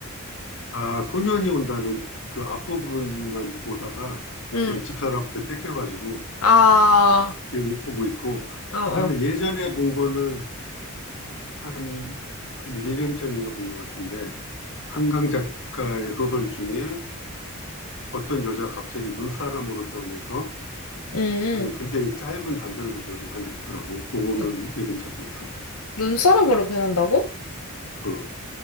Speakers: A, on the left; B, on the left.
A: 아, 소년이 온다는 그 앞부분만 보다가
B: 응.
A: 우리 집사람한테 뺏겨가지고
B: 아,
A: 못 보고 있고,
B: 어, 어.
A: 그 다음에 예전에 본 거는 한, 한 1년 전인가 본 것 같은데, 한강 작가의 소설 중에 어떤 여자가 갑자기 눈사람으로 변해서
B: 음,
A: 하는 굉장히 짧은 단편 소설이 하나 있더라고. 그거는
B: 눈-
A: 읽은 적이 있어.
B: 눈사람으로 변한다고?
A: 어.